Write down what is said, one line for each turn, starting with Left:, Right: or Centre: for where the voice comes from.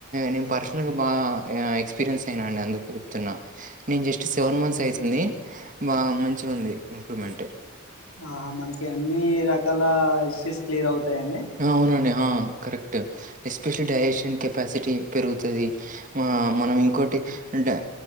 Right: నేను పర్సనల్గా బాగా ఎక్స్పీరియన్స్ అయిన అండి అందుకు ప్తున్నా నేను జస్ట్ సెవెన్ మంత్స్ అయితుంది బాగా మంచిగా ఉంది ఇంప్రూవ్మెంట్
Left: ఆహా మనకి అన్ని రకాల ఇష్యూస్ క్లియర్ అవుతయండి
Right: అవునండి ఆ కరెక్ట్ ఎస్పెషల్లీ డైజెషన్ కెపాసిటీ పెరుగుతుంది ఆ మనం ఇంకోటి డా